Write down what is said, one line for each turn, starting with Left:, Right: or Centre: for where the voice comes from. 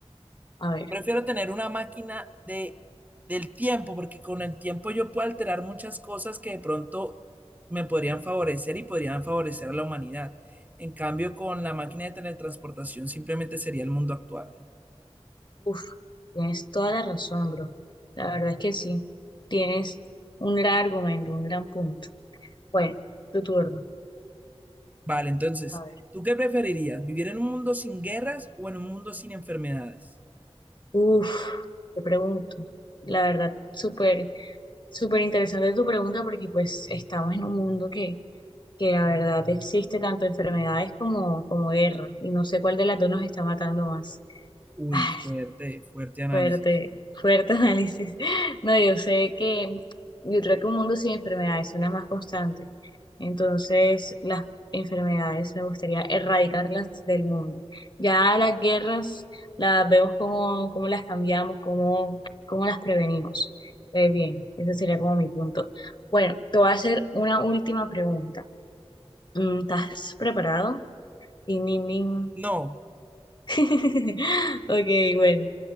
Left: A ver,
Right: prefiero tener una máquina de, del tiempo, porque con el tiempo yo puedo alterar muchas cosas que de pronto me podrían favorecer y podrían favorecer a la humanidad. En cambio, con la máquina de teletransportación simplemente sería el mundo actual.
Left: uff, tienes toda la razón, bro. La verdad es que sí, tienes un gran argumento, un gran punto. Bueno, tu turno.
Right: Vale, entonces,
Left: A ver,
Right: ¿tú qué preferirías? ¿Vivir en un mundo sin guerras o en un mundo sin enfermedades?
Left: uff, te pregunto. La verdad, súper, súper interesante tu pregunta porque pues estamos en un mundo que que la verdad existe tanto enfermedades como, como guerra, y no sé cuál de las dos nos está matando más.
Right: Uy,
Left: Ah,
Right: fuerte, fuerte análisis.
Left: fuerte, fuerte <laughs> análisis. No, yo sé que, yo creo que un mundo sin enfermedades es una más constante Entonces, las enfermedades me gustaría erradicarlas del mundo. Ya las guerras las vemos cómo, cómo las cambiamos, cómo, cómo las prevenimos. Eh, bien, ese sería como mi punto. Bueno, te voy a hacer una última pregunta. Mm, ¿Estás preparado? Ding ding ding.
Right: No,
Left: <laughs> Ok, bueno.